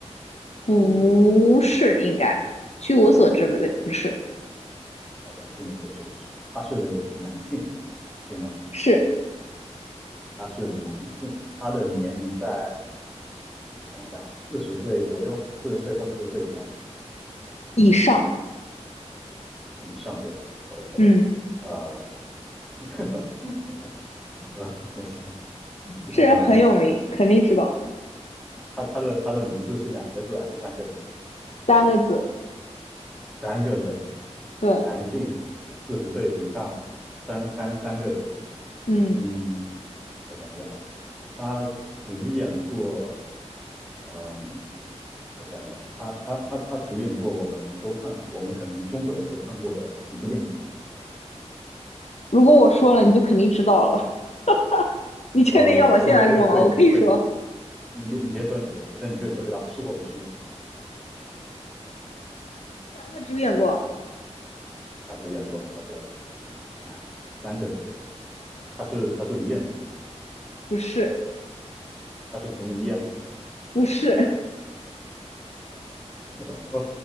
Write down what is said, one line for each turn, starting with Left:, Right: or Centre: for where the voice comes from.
Left: 不是应该，据我所知，没不是，
Centre: 好的，据你所知不是，他是男性，对吗？
Left: 是
Centre: 他是男性，他的年龄在，我想想，四十岁左右，四十岁或四十岁以上，
Left: 以上。
Centre: 以上对吧？OK，
Left: 嗯，
Centre: 呃，<laughs> 呃，我想想，
Left: 这人很有名，
Centre: 呃，
Left: 肯定知道。
Centre: 他他的他的名字是两个字还是三个字？
Left: 三个字，
Centre: 三个字，
Left: 对，
Centre: 男性，四十岁以上，三三三个字。
Left: 嗯，
Centre: 嗯，我想一想，他主演过，嗯、我想一下，他他他他主演过我们都看，我们可能中国人都看过的一部电影。
Left: 如果我说了，你就肯定知道了。<laughs> 你确定要我现在说吗？
Centre: 呃，我我我我，
Left: 我可以说，
Centre: 你别你别说，你别说，那你就只回答是或不是就行。
Left: 是啊他主演过，
Centre: 他主演过，好的，啊，三个字，他是他是吴彦祖吗？
Left: 不是，
Centre: 他是彭于晏吗？
Left: 不是。
Centre: <laughs> 我